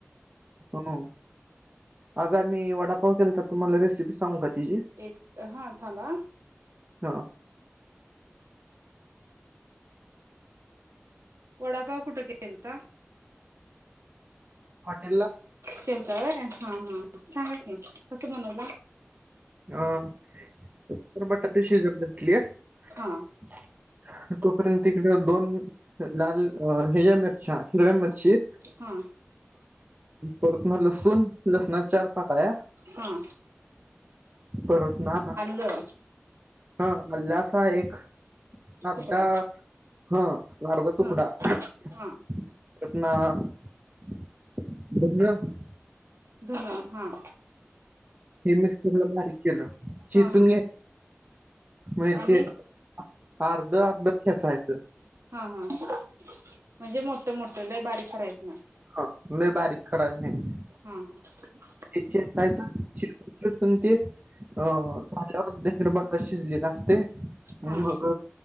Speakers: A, on the right; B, on the right.
A: हो आज आम्ही वडापाव केलता तुम्हाला रेसिपी सांगू का त्याजी
B: एक हा थांबा हा
A: हा
B: वडापाव कुठ केलता?
A: हॉटेल ला
B: केलता व्हय सांगा की कस बनवला.
A: अ तर बटाटे शिजत घातली.
B: हा
A: <unintelligible> तोपर्यंत इकड दोन लाल ह्याज्या मिरच्या हिरव्या मिरची
B: हा.
A: परत म लसूण लसणा चार पाकळ्या
B: हा.
A: परत ना
B: हो.
A: हा म्हणजे असा एक अर्धा
B: तुकडा
A: हा अर्धा तुकडा
B: हा
A: <unintelligible>
B: हा धन हा
A: हे मिक्स ला बारीक केलं चेचून
B: हा हा
A: ये मंजे
B: आणि
A: ते अर्ध अर्ध ठेचायच
B: हा हा म्हणजे मोठ मोठं लय बारीक करायचं नाय.
A: हा लय बारीक करायचं नाय.
B: हा हा
A: ते चेचायचं <unintelligible> चेचून ते अ <unintelligible> इकडं बटाट शिजलेला असतय. मग
B: हा